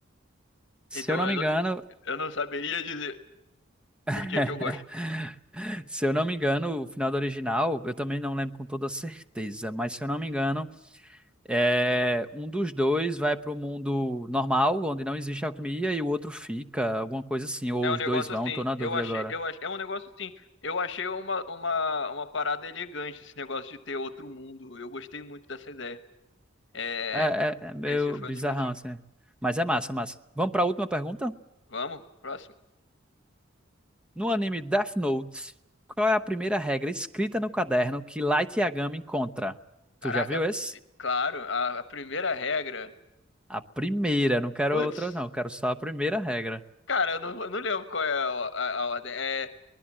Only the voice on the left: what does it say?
Então
eu,
não-
eu não saberia dizer por
que que eu gosto.
É
um negócio
assim,
eu achei,
eu ach- é um negócio assim, eu achei uma, uma, uma parada elegante esse negócio de ter outro mundo, eu gostei muito dessa ideia, é,
esse foi
um dos motivos.
Vamos, próximo.
Caraca,
a-
claro, a, a primeira regra,
putz,
cara, eu não, eu não lembro qual é a, a- a ordem, é,